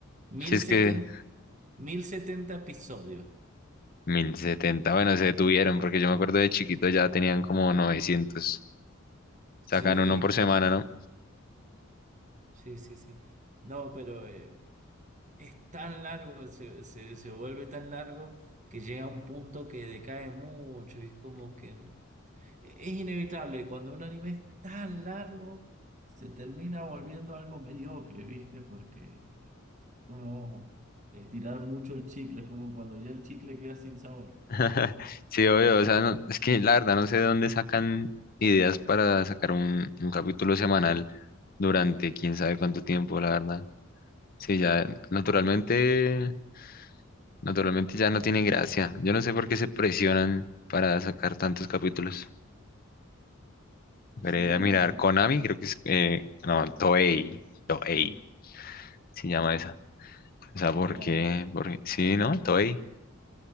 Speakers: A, on the right (about 35°); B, on the left (about 45°).
A: mil
B: Si es
A: setenta,
B: que
A: mil setenta episodios.
B: mil setenta bueno, se detuvieron porque yo me acuerdo de chiquito ya tenían como novecientos Sacan
A: Sí,
B: uno por semana, ¿no?
A: sí, sí, sí. No, pero eh, es tan largo, se, se, se vuelve tan largo que llega a un punto que decae mucho y es como que es inevitable, cuando un anime es tan largo, se termina volviendo algo mediocre, ¿viste? Porque es como estirar mucho el chicle, es como cuando ya el chicle queda sin sabor.
B: <laughs> Sí, obvio, o sea, no- es que la verdad no sé de dónde sacan ideas para sacar un, un capítulo semanal durante quién sabe cuánto tiempo, la verdad. Sí, ya naturalmente Naturalmente ya no tiene gracia. Yo no sé por qué se presionan para sacar tantos capítulos. Veré
A: Sí,
B: a mirar
A: man,
B: Konami, creo que es... eh, no, Toei. Toei se llama esa. O sea, ¿por
A: la,
B: qué? Porque, sí, ¿no? Toei.